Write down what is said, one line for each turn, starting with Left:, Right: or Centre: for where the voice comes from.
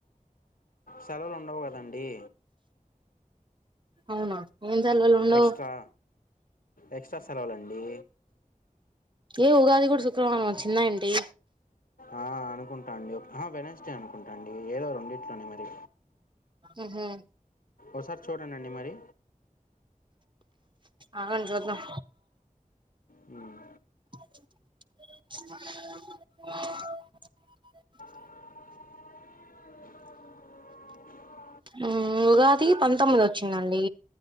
Left: సెలవు ఉండవు కదండి.
Right: అవునా ఏం సెలవులు ఉండవు.
Left: ఎక్స్ట్రా ఎక్స్ట్రా సెలవులండి.
Right: ఏ ఉగాది గుడ శుక్రవారం వచ్చిందా ఏంటి?
Left: ఆ అనుకుంటా అండి, అహ వెడ్నెస్డే అనుకుంటా అండి, ఏదో రెండిట్లోనే మిరు
Right: ఉహు
Left: ఒసారి చూడండండి మరి
Right: ఆగండి చూద్దాం.
Left: ఉమ్
Right: <inaudible>
Left: <inaudible> <inaudible>
Right: ఉమ్ ఉగాది పంతొమ్మిది వచ్చిందండి.